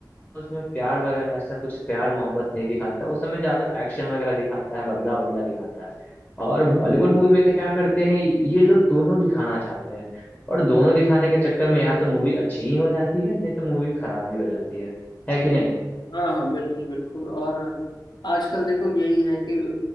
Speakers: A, on the left; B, on the left.
A: उसमें प्यार वगैरह ऐसा कुछ प्यार मोहब्बत नहीं दिखाता उस समय ज्यादा एक्शन वगैरह दिखाता है बदला बदला दिखाता है और बॉलीवुड मूवी में क्या करते हैं ये लोग दोनों दिखाना चाहते हैं और दोनों दिखाने के चक्कर में या तो मूवी अच्छी ही हो जाती है नहीं तो मूवी खराब ही हो जाती है है कि नहीं
B: हाँ हाँ बिल्कुल बिल्कुल और आजकल देखो यही है कि